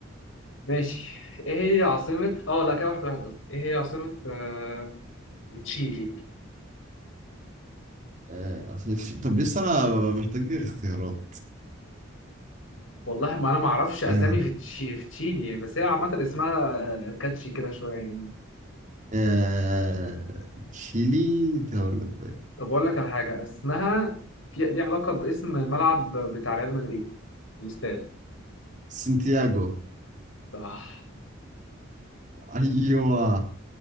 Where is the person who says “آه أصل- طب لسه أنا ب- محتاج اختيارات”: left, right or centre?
Right